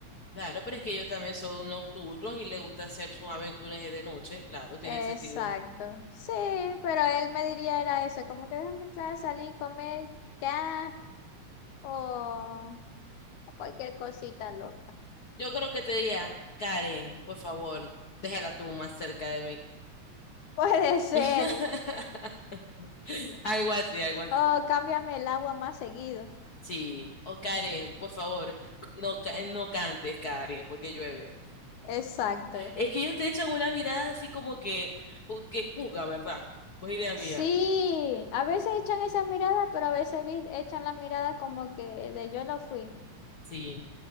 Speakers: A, on the left; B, on the left.
A: Claro, pero es que ellos también son nocturnos y les gusta hacer sus aventuras de noche. Claro, tiene
B: Exacto.
A: sentido.
B: Sí, pero él me diría era eso, como que déjame entrar, salir, comer ya o, o cualquier cosita loca.
A: Yo creo que te diría, Karen, por favor, déjala tú más cerca de mí.
B: <laughs> Puede ser.
A: <laughs> Algo así, algo así.
B: O cámbiame el agua más seguido.
A: Sí. O Karen, por favor, no, ca- no cantes, Karen, porque llueve.
B: Exacto.
A: Es que ellos te echan una mirada así como que, ju- que juzga, ¿verdad? Pues idea mía.
B: Sí, a veces echan esas miradas, pero a veces vi- echan las miradas como que de yo no fui.
A: Sí.